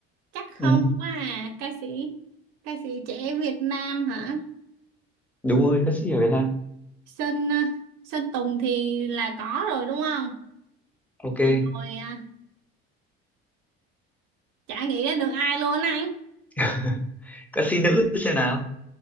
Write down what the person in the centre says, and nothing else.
ừ.
đúng rồi ca sĩ ở Việt Nam
ok
<laughs> ca sĩ nữ xem nào